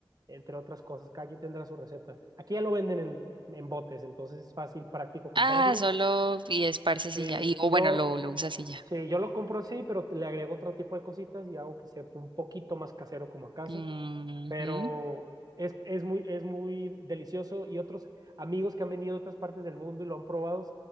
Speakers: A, on the right; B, on the right.
A: entre otras cosas, cada quien tendrá su receta. Aquí ya lo venden en, en botes, entonces es fácil, práctico comprarlo.
B: Ah, solo y esparces
A: Eh,
B: y ya. Y, o
A: yo,
B: bueno, lo, lo usas y ya.
A: sí, yo lo compro así, pero te- le agrego otro tipo de cositas y hago que sepa un poquito más casero como a casa
B: Ujú.
A: pero es, es, muy, es muy delicioso y otros amigos que han venido de otras partes del mundo y lo han probado,